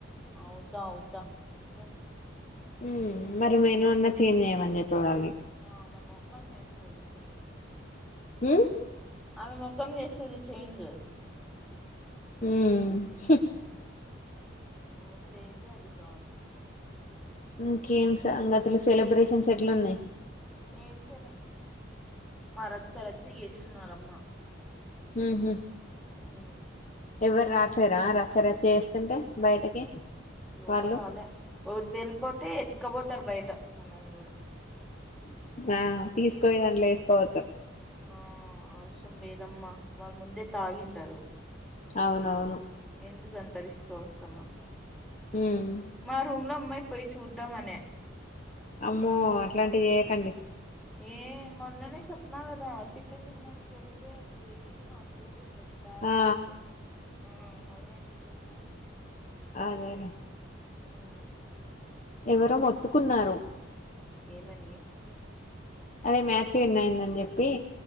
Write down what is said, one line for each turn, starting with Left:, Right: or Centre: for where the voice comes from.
Centre: అవుతా అవుతా చూద్దాం
Left: ఉమ్ మరి మేను అన్నా చేంజ్ చేయ్యమని చెప్పేవాలి
Centre: ఓ ఆమె మొక్కం చేస్తది ఉమ్
Left: ఊమ్
Centre: ఆమె మొఖం చేస్సది చేంజ్
Left: ఉమ్ హు
Centre: మ్మ్. ఆమె చేయదు అది కాదు
Left: ఇంకేమ్ సంగతులు సెలబ్రేషన్స్ ఎట్ల ఉన్నాయి
Centre: ఏం సెల మా రచ్చ రచ్చ చేస్తున్నారు అమ్మా
Left: ఉంహు
Centre: ఉమ్
Left: ఎవ్వరు రాట్లేరా రచ్చరచ్చ చేస్తుంటే బయటకి
Centre: ఎవరు
Left: వాళ్ళు
Centre: రాలే అద్ వెళ్ళిపోతే ఎతుకపోతారు బయట మనల్ని కూడా
Left: ఆ తీసుకవోయి దాంట్లో వేసుకోతారు
Centre: ఆ అవసరం లేదమ్మా వాళ్ ముందే తాగింటారు
Left: అవునవును
Centre: ఎందుకన్త రిస్క్ అవసరమా
Left: హ్మ్
Centre: మా రూమ్ లో మై పోయ్ చూద్దామనే
Left: అమ్మో అట్లాంటిది చేయకండి
Centre: ఏ మొన్ననే చెప్న్నా కదా టిఫిన్ తిినడానికి వెళ్తే అది జరిగింది మాకు ఒక బ్యాడ్
Left: ఆ
Centre: ఇచ్చ ఆ మళ్ళ ఎందుకు వెళ్తా
Left: అదేలే
Centre: ఉమ్
Left: ఎవరో మొత్తుకున్నారు
Centre: ఏమని
Left: అదే మ్యాచింగ్ అయిందని చెప్పి